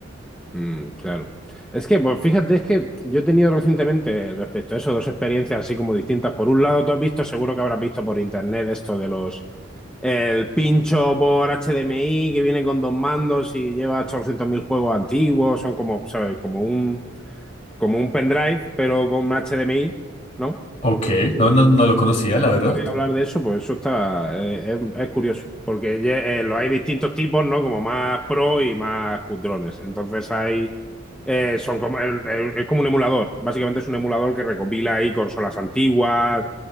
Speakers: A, in the centre; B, on the left (about 35°).
A: Mm, claro. Es que, pues fíjate, es que yo he tenido recientemente respecto a eso dos experiencias así como distintas. Por un lado, tú has visto, seguro que habrás visto por internet esto de los, el pincho por HDMI que viene con dos mandos y lleva 800.000 juegos antiguos, son como, ¿sabes? Como un, como un pendrive, pero con HDMI, ¿no?
B: Ok, no, no, no lo conocía, la verdad.
A: hablar de eso, pues eso está, eh, es, es curioso, porque ye- eh, los hay distintos tipos, ¿no? Como más pro y más cutrones. Entonces hay, eh, son como, el- el- es como un emulador, básicamente es un emulador que recopila ahí consolas antiguas,